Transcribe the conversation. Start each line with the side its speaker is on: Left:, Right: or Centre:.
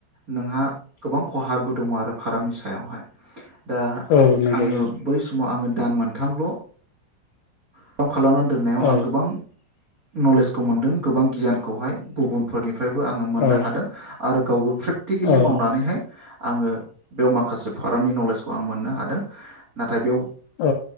Right: नोंहा गोबां खहाबो दङ आरो फारामनि सायावहाय दा
Left: औ नंगौ
Right: आङो बै समाव आङो दान मोनथामल' फार्म खालामनानै दोननायाव
Left: औ
Right: आं गोबां नलेजखौ मोनदों गोबां गियानखौहाय गुबुनफोरनि निफ्रायबो आङो मोननो
Left: औ नंगौ
Right: हादों आरो गावबो प्रेकटिकेलि
Left: नंगौ
Right: मावनानैहाय आङो बेयाव माखासे फार्मनि नलेजखौ आं मोननो हादों ना नाथाय बेयाव
Left: औ अ औ